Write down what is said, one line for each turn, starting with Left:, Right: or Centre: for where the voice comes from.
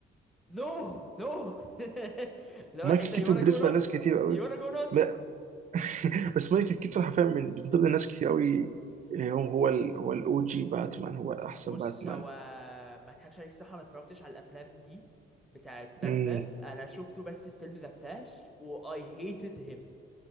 Centre: نو نو <laughs> لو
Right: مايكل
Centre: حته
Right: كيتون
Centre: يو وانا
Right: بالنسبه
Centre: جو نوتس
Right: لناس كتير قوي
Centre: يو وانا جو نوتس
Right: ما- <laughs> بس مايكل كيتون حرفيا من من ضمن ناس كتير قوي آه، هو هو ال- هو الاو جي باتمان هو احسن
Centre: بص
Right: باتمان
Centre: هو ما اضحكش عليك الصراحه ما اتفرجتش على الافلام دي بتاعت باتمان
Right: امم
Centre: انا شفته بس في فيلم ذا فلاش و I hated him